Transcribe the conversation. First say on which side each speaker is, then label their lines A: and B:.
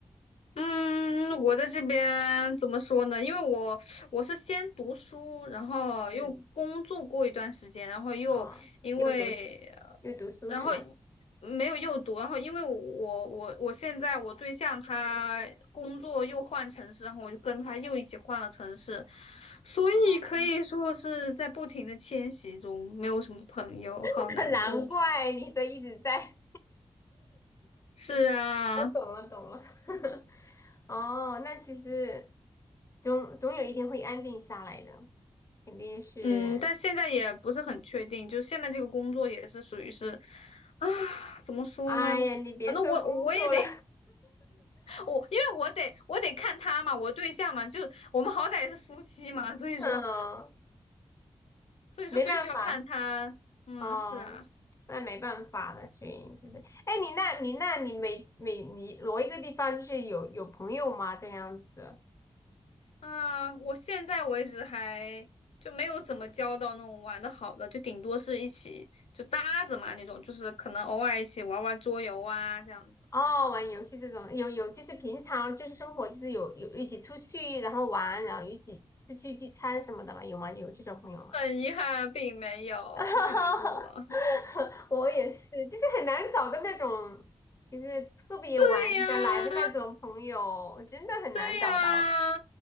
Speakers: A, on the left; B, on the left.
A: 嗯，我在这边怎么说呢？因为我我是先读书，然后又工作过一段时间，
B: 嗯，
A: 然后又因为呃
B: 啊、又读书，又读书是吧？
A: 然后没有又读，然后因为我我我现在我对象他工作又换城市，然后我就跟他又一起换了城市，所以可以说是在不停的迁徙中，
B: 哦，
A: 没有什么朋友，
B: <laughs>
A: 好难过。
B: 难怪你说一直在。
A: 是啊，
B: <laughs> 我懂了，懂了。<laughs> 哦，那其实总总有一天会安定下来的，肯定是。
A: 嗯，但现在也不是很确定，就现在这个工作也是属于是，啊，怎么说呢？
B: 哎呀，你别说工作了，
A: 反正我我也得我，因为我得我得看他嘛，我对象嘛，就我们好歹是夫妻嘛，所以说
B: <laughs> 嗯。
A: 所以说必须要看他，
B: 没办法，
A: 嗯，
B: 哦，
A: 是啊，
B: 那没办法了，所以就是，哎，你那，你那，你每每你挪一个地方，就是有有朋友吗？这样子？
A: 啊，我现在为止还就没有怎么交到那种玩的好的，就顶多是一起就搭子嘛那种，就是可能偶尔一起玩玩桌游啊这样子。
B: 哦，玩游戏这种，有有，就是平常就是生活就是有有一起出去，然后玩，然后一起出去聚餐什么的吗？有吗？有这种朋友吗？
A: 很遗憾，并没有，
B: <laughs>
A: 太难过了。
B: 我也是，就是很难找的那种就是特别玩得来的那种朋友，
A: 对呀，
B: 真的很难找到的
A: 对呀，